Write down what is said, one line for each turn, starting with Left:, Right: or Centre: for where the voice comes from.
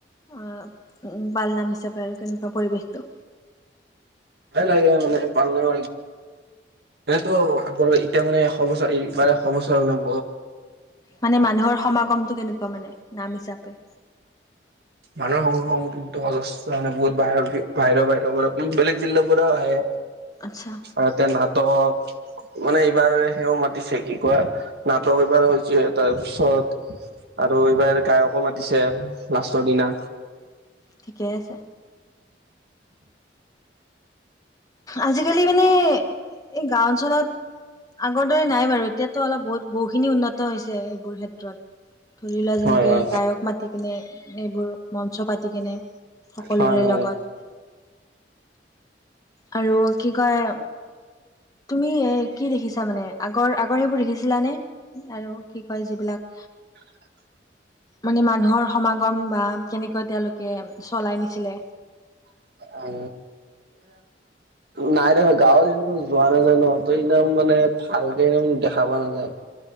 Left: আহ বালনাম হিচাপে আৰু কেনেকুৱা পৰিৱেশটো
Right: ভ ল মানে পনক এনেতো আগৰ এতিয়া মানে এশ বছৰ এইবাৰে এশ বছৰ অনুভ
Left: মানে মানুহৰ সমাগমটো কেনেকুৱা মানে নাম হিচাপে
Right: মানুহৰ কি অজস্থ মানে বহুত বাহিৰ বাহিৰৰ বাহিৰৰ পৰা বেলেগ জিলাৰ পৰাও আহে
Left: আচ্ছা
Right: আৰুতে নাটক মানে এইবাৰ সেও মাতিছে কি কোৱা নাটক এইবাৰ হৈছে তাৰপিছত আৰু এইবাৰ গায়কো মাতিছে লাষ্টৰ দিনা
Left: ঠিকেই আছে আজিকালি মানে এই গাও অঞ্চলত আগৰ দৰে নাই বাৰু এতিয়া অলপ বহুত বহুখিনি উন্নত হৈছে এইবোৰ ক্ষেত্ৰত ধৰি লোৱা যেনেকে
Right: হয় হয়
Left: গায়ক মাতি কিনে এইবোৰ মঞ্চ পাতি কেনে সকলোৰে
Right: হয় হয়
Left: লগত আৰু কি কয় তুমি এ কি দেখিছা মানে আগৰ আগৰ সেইবোৰ দেখিছিলানে আৰু কি কয় যিবিলাক
Right: <unintelligible>
Left: মানে মানুহৰ সমাগম বা কেনেকৈ তেওঁলোকে চলাই নিছিলে।
Right: <unintelligible> নাই দেখা গাঁৱত সিমান যোৱা নাযায় নহ ত' একদম মানে ভালকে একদম দেখা পোৱা নাযায়।